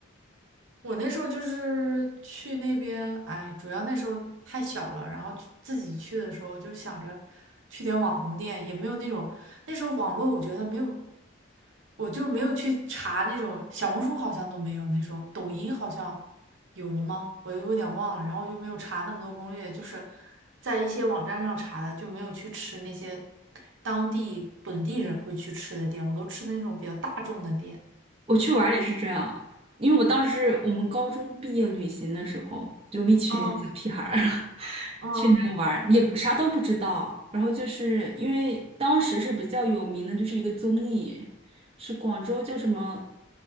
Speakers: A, on the right; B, on the right.
A: 我那时候就是去那边，哎，主要那时候太小了，然后去自己去的时候就想着去点网红店，也没有那种那时候网络我觉得没有我就没有去查那种小红书好像都没有那时候抖音好像有了吗？我有点忘了，然后我就没有查那么多攻略，就是在一些网站上查的，就没有去吃那些当地本地人会去吃的店，我都吃的那种比较大众的店。
B: 我去玩儿也是这样，因为我当时我们高中毕业旅行的时候，就我们一群小屁孩儿
A: 嗯
B: <laughs>
A: 嗯，
B: 去那边玩儿，也不啥都不知道。然后就是因为当时是比较有名的，就是一个综艺，是广州叫什么